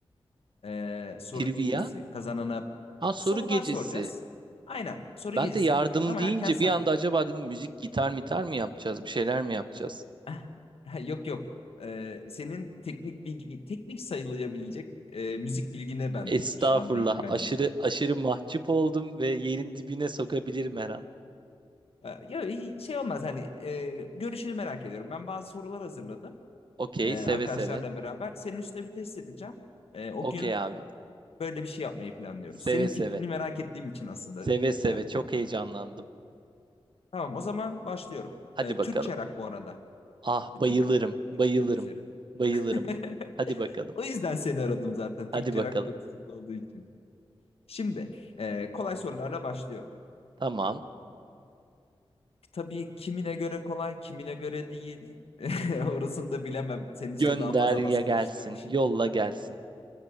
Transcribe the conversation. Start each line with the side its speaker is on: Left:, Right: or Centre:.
Left: Ee, soru
Right: Trivia?
Left: gecesi kazanana ya,
Right: Aa
Left: sorular
Right: soru gecesi.
Left: soracağız. Aynen soru
Right: Ben
Left: gecesi
Right: de yardım
Left: gibi düşün ama
Right: deyince
Left: erken saatte.
Right: bir anda acaba dedim müzik gitar mitar mı yapacağız? Bir şeyler mi yapacağız?
Left: <laughs> Yok yok. Ee, senin teknik bilgi teknik sayılabilecek e, müzik bilgine ben
Right: Estağfurullah.
Left: şu anda ihtiyacım
Right: Aşırı
Left: var.
Right: aşırı mahcup oldum ve yerin dibine sokabilirim her an.
Left: Ee, Ya e, şey olmaz hani e, görüşünü merak ediyorum. Ben bazı sorular hazırladım
Right: Okey
Left: e, arkadaşlarla
Right: seve seve.
Left: beraber. Senin üstüne bir test edeceğim. E, o
Right: Okey
Left: gün
Right: abi.
Left: böyle bir şey yapmayı planlıyoruz.
Right: Seve
Left: Senin fikrini
Right: seve.
Left: merak ettiğim için aslında
Right: Seve seve
Left: şey yaptım.
Right: çok heyecanlandım.
Left: Tamam o zaman başlıyorum.
Right: Hadi
Left: E,
Right: bakalım.
Left: Türkçe rock bu arada.
Right: Ah
Left: Bütün
Right: bayılırım,
Left: her şey.
Right: bayılırım,
Left: Türkçe rock üzerinde.
Right: bayılırım.
Left: <laughs>
Right: Hadi bakalım,
Left: O yüzden seni aradım zaten. Türkçe
Right: hadi bakalım.
Left: rock konusunda olduğu için. Şimdi e, kolay sorularla başlıyorum.
Right: Tamam.
Left: Tabii kimine göre kolay, kimine göre değil. <laughs> Orasını da bilemem. Senin üstüne
Right: Gönder
Left: daha fazla
Right: ya
Left: baskı
Right: gelsin,
Left: oluşturmayayım.
Right: yolla gelsin.